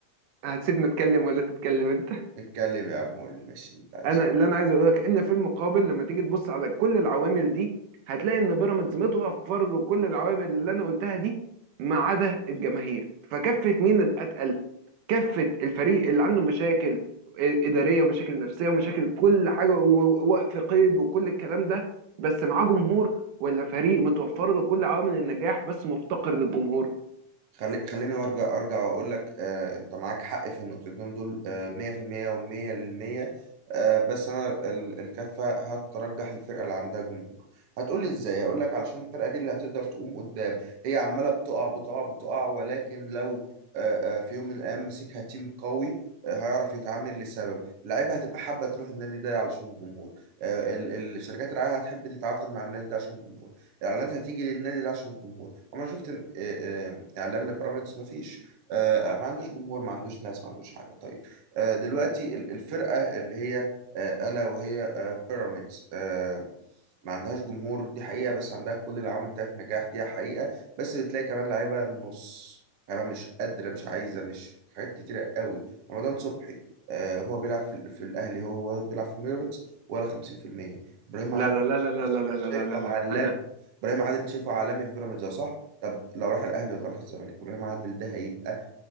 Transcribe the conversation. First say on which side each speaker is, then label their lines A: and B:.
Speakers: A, on the right (about 80°); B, on the right (about 55°).
A: هتسيبني اتكلم ولا تتكلم انت
B: نتكلم يا عم قول ماشي انت عايز
A: انا اللي انا عايز اقول لك ان في المقابل لما تيجي تبص على كل العوامل دي هتلاقي ان بيراميدز متوفر له كل العوامل اللي انا قلتها دي ما عدا الجماهير فكفة مين الاتقل كافه الفريق اللي عنده مشاكل اداريه ومشاكل نفسيه ومشاكل كل حاجه ووقف قيد وكل الكلام ده بس معاه جمهور ولا فريق متوفر له كل عوامل النجاح بس مفتقر للجمهور
B: خلي خليني ارجع ارجع واقول لك آه انت معاك حق في النقطتين دول آه 100% و100 للمية آه بس انا ال- الكفه هترجح الفرقه اللي عندها جمهور هتقولي ازاي هقول لك علشان الفرقه دي اللي هتقدر تقوم قدام هي عماله بتقع بتقع بتقع ولكن لو آه آه في يوم من الايام مسكها تيم قوي آه، هيعرف يتعامل لسبب اللعيبه هتبقى حابه تروح النادي ده علشان الجمهور آه، ال- ال- الشركات الرعايه هتحب تتعاقد مع النادي ده عشان الجمهور الاعلانات هتيجي للنادي ده عشان الجمهور عمر شفت إن- آه، آه، اعلان لبيراميدز ما فيش آه، ما عندوش جمهور ما عندوش ناس ما عندوش حاجه طيب آه، دلوقتي ال- الفرقه اللي هي آه، الا وهي آه، بيراميدز آه، ما عندهاش جمهور دي حقيقه بس عندها كل العوامل بتاعت نجاح دي حقيقه بس بتلاقي كمان لعيبه نص لعيبه مش قادره مش عايزه مش حاجات كتيره قوي رمضان صبحي آه، هو بيلعب في, في الاهلي هو هو بيلعب في بيراميدز ولا 50% ابراهيم
A: لا
B: عادل
A: لا
B: أنت
A: لا لا لا لا لا
B: شايفه
A: لا لا لا
B: عالمي
A: انا
B: ابراهيم عادل أنت شايفه عالمي في بيراميدز اه صح طب لو راح الاهلي ولا راح الزمالك ابراهيم عادل ده هيبقى